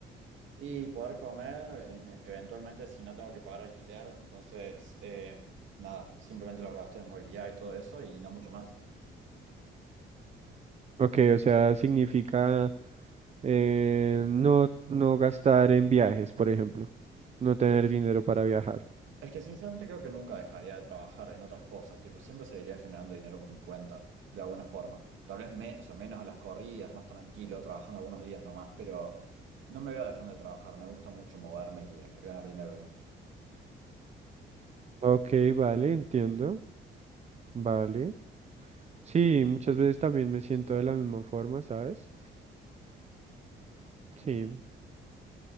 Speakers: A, on the right (about 75°); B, on the right (about 35°).
A: Y poder comer, en- eventualmente, si no tengo que pagar alquiler, entonces, eh, nada, simplemente los gastos de movilidad y todo eso y no mucho más.
B: Ok, o sea, significa eh, no, no gastar en viajes, por ejemplo, no tener dinero para viajar.
A: Es que sinceramente creo que nunca dejaría de trabajar en otras cosas, tipo, siempre seguiría generando dinero por mi cuenta, de alguna forma. Tal vez me, o sea, menos a las corridas, más tranquilo, trabajando algunos días nomás, pero no me veo dejando de trabajar, me gusta mucho moverme y eh, ganar dinero, digamos.
B: Ok, vale, entiendo, vale. Sí, muchas veces también me siento de la misma forma, ¿sabes? Sí,